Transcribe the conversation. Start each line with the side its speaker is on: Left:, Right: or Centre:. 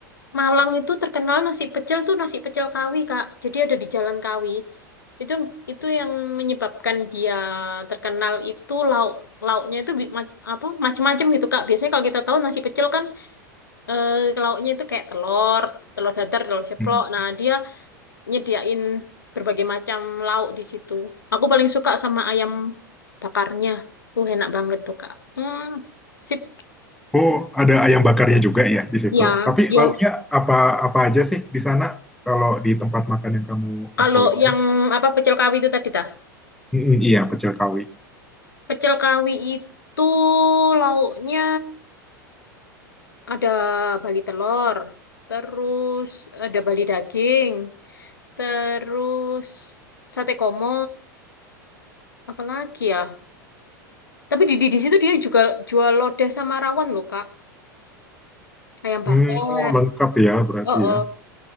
Left: Malang itu terkenal nasi pecel tuh nasi pecel Kawi, Kak. Jadi ada di Jalan Kawi. Itu itu yang menyebabkan dia terkenal itu lauk lauknya itu bi- ma- apa macam-macam gitu, Kak. Biasanya kalau kita tahu nasi pecel kan eh, lauknya itu kayak telur, telur dadar, telur ceplok.
Centre: tuh.
Left: Nah, dia nyediain berbagai macam lauk di situ. Aku paling suka sama ayam bakarnya. Uh, enak banget tuh, Kak. Hmm, sip.
Centre: Oh, ada ayam bakarnya juga ya di situ.
Left: Ya,
Centre: Tapi
Left: ya.
Centre: lauknya apa apa aja sih di sana kalau di tempat makan yang kamu
Left: Kalau
Centre: infoin ini?
Left: yang apa pecel Kawi itu tadi, Ta?
Centre: mm iya, pecel kawi.
Left: Pecel kawi itu lauknya ada bali telur, terus ada bali daging, terus sate komo, apalagi ya. Tapi di, di, di situ dia juga jual lodeh sama rawon loh, Kak. Ayam bakar.
Centre: Hmm, oh lengkap ya berarti
Left: Oh, oh.
Centre: ya.